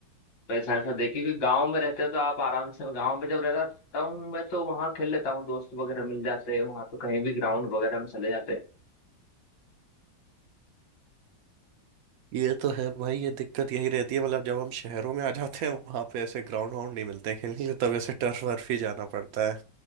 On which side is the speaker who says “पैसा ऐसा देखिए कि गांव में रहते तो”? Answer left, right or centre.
Left